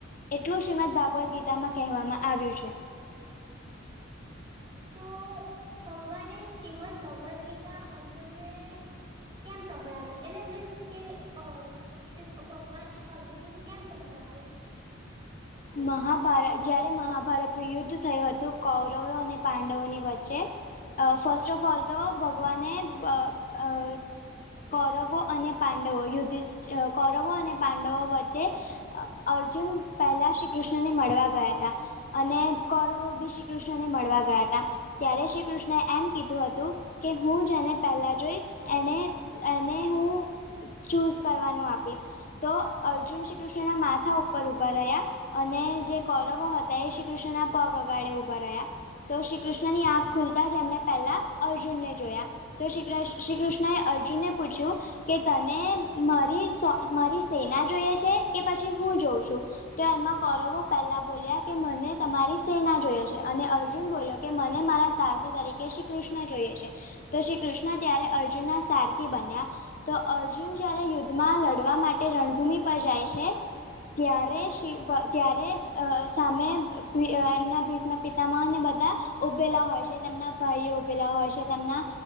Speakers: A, on the left; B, on the right.
A: એટલું શ્રીમદ ભાગવદ ગીતા એના કહેવામાં આવ્યું છે.
B: <inaudible> તો ભગવાને શ્રીમદ ભગવદ ગીતા અર્જુનને કેમ સંભળાવી? એટલે મીન્સ કે શ્રી ભગવાને અર્જુનને કેમ સમજાવ્યો?
A: મહાભારત જયારે મહાભારતનું યુદ્ધ થયું હતું. કૌરવો અને પાંડવોની વચ્ચે ફર્સ્ટ ઓફ ઓલ તો ભગવાને અ કૌરવો અને પાંડવો યુધિષ્ઠ કૌરવો અને પાંડવો વચ્ચે અર્જુન પહેલા શ્રી કૃષ્ણને મળવા ગયા હતા. અને કૌરવો બી શ્રી કૃષ્ણને મળવા ગયા હતા ત્યારે શ્રી કૃષ્ણ ને એમ કીધું હતું કે હું જેને પહેલાં જોઈશ એને એને હું. ચૂઝ કરવાનું આપીશ તો અર્જુન શ્રી કૃષ્ણના માથા ઉપર ઊભા રહ્યા. અને જે કૌરવો હતા એ શ્રીકૃષ્ણના પગ અગાડે ઊભા રહ્યા તો શ્રી કૃષ્ણ ની આંખ ખુલતા જેમણે પહેલા અર્જુનને જોયા. તો શ્રી શ્રી કૃષ્ણ એ અર્જુનને પૂછ્યું. કે તને મારી સો મારી સેના જોઈએ છે કે પછી હું જોઉં છું? તો એમાં કૌરવો પહેલા બોલ્યા કે મને તમારી સેના જોઈએ છે અને અર્જુન બોલ્યો કે મને મારા સારથી તરીકે શ્રી કૃષ્ણ જોઈએ છે. તો શ્રી કૃષ્ણ ત્યારે અર્જુનના સારથી બન્યા. તો અર્જુન જયારે યુદ્ધમાં લડવા માટે. તે રણભૂમિ પર જાય છે. ત્યારે શિવ ત્યારે સામે ભી એમના ભીષમપિતામા અને બધા ઉભેલા હોય છે તેમના ભાઈઓ ઉભેલા હોય છે. તેમના